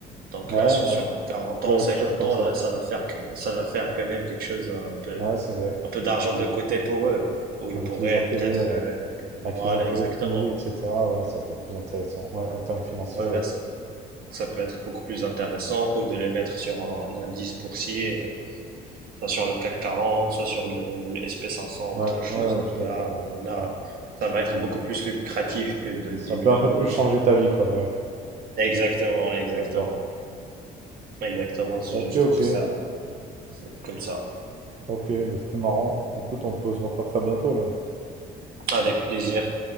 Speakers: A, on the right (about 60°); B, on the right (about 40°).
A: Donc
B: Ouais,
A: là, sur
B: ouais,
A: sur 40 ans,
B: je vais réfléchir
A: 50
B: comme
A: ans,
B: ça.
A: là, ça va faire que, ça va faire quand même quelque chose un peu,
B: Ouais, c'est vrai.
A: un peu d'argent de côté pour eux, où ils
B: Avec
A: pourraient
B: les intérêts,
A: peut-être,
B: euh,
A: euh, voilà,
B: avec les intérêts
A: exactement.
B: cumulés, etc., ouais, ça peut être plus intéressant. Ouais, en termes financiers,
A: Voilà,
B: ouais.
A: ça, ça peut être beaucoup plus intéressant, ou de les mettre sur un, un indice boursier soit sur le CAC 40, soit sur le, le SP500
B: Ouais,
A: ou autre chose.
B: ouais, ouais,
A: Donc
B: je suis d'accord.
A: là, à un moment-là,
B: Ouais. Ouais.
A: ça va être beaucoup plus lucratif que de
B: Ça
A: 10 000
B: peut un
A: euros
B: peu plus changer
A: sur...
B: ta vie, quoi, ouais.
A: Exactement, exactement.
B: Je suis D'accord.
A: Exactement, je,
B: Ok,
A: je
B: ok.
A: trouve ça c'est comme ça.
B: Ok, bah, c'était marrant. Écoute, on peut se refaire ça bientôt, là.
A: Avec plaisir.